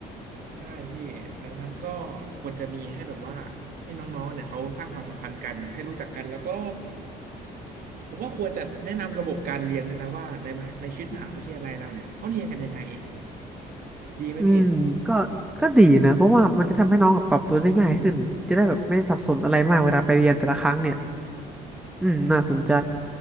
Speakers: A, on the right; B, in the centre.
A: ใช่พี่ดังนั้นก็ควรจะมีให้แบบว่าให้น้องๆเนี่ยเขาสร้างความสัมพันธ์กันให้รู้จักกันแล้วก็ผมว่าควรจะแนะนำระบบการเรียนเนี่ยนะว่าในมหในชีวิตมหาวิทยาลัยเราเนี่ยเขาเรียนกันยังไงดีไหมพี่
B: อืมก็ก็ดีนะเพราะว่ามันจะทำให้น้องปรับตัวได้ง่ายขึ้นจะได้แบบไม่ได้สับสนอะไรมากเวลาไปเรียนแต่ละครั้งเนี่ยอืมน่าสนใจ